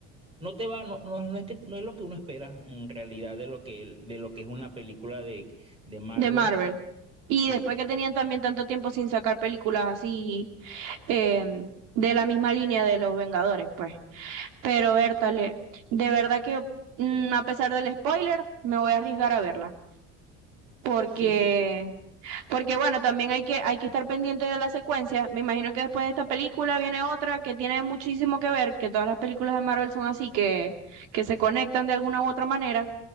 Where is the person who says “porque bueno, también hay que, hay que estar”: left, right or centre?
Right